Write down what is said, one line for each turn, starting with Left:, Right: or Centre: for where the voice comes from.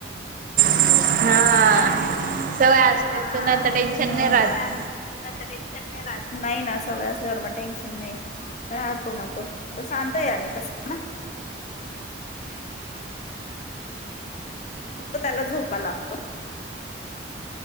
Right: हा.
Left: हा
Right: सवय असल्या तर ना आता टेन्शन नाही राहत
Left: सवय आसली कि कसं टेन्शन नाही राहत. नाही ना सवय असल्यावर मग टेन्शन नाही राहतो मग तो तो शांत आहे आणि तस ना. <inaudible> फक्त त्याला झोका लागतो.